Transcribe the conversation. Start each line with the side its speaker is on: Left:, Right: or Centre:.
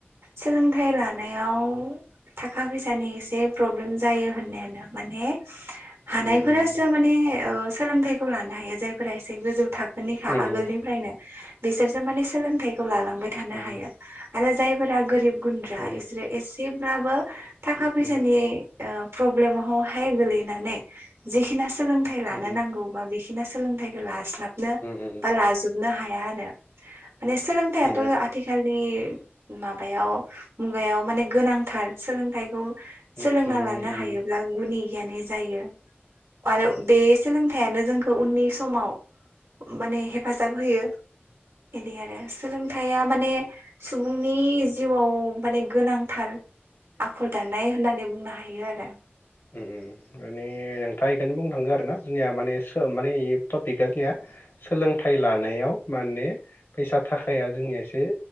Right: सोलोंथाइ लानायाव थाखा फैसानि एसे प्रब्लेम जायो होननायानो माने हानायफोरासो
Left: उम
Right: माने सोलोंथाइखौ लानो हायो जायफोरा एसे गोजौ था खोनिखा
Left: उम
Right: आगोलनिफ्रायनो बिसोरसो माने सोलोंथाइखौ लालांबाय थानो
Left: उम
Right: हायो आरो जायफोरा गोरिब गुन्द्रा
Left: उम
Right: इसोरो एसेब्लाबो थाखा
Left: उम
Right: फैसानि ओ प्रब्लेमावहाय गोलैनानै जिखिना सोलोंथाइ लानो
Left: उम
Right: नांगौ बा बे इना सोलोंथाइखौ लास्लाबनो
Left: उम
Right: बा लाजोबनो हाया आरो माने सोलोंथायाथ
Left: उम उम
Right: आथिखालनि माबायाव मुगायाव माने गोनांथार सोलोंथाइखौ
Left: माने
Right: सोलोंना लानो हायोब्ला गुनि गियानि जायो आरो बे सोलोंथायानो जोंखौ उननि समाव माने हेफाजाब होयो बेनि आरो या माने सुबुंनि जिउआव माने गोनांथार आखल दानाय होननानै बुंनो हायो आरो
Left: ओ ओ ओ माने नोंथां बेखौनो बुंनो थांगो आरो ना जोंनिया माने सोम माने टपिका जोंनिया सोलोंथाइ लानायाव माने फैसा थाखाया जोंनिया एसे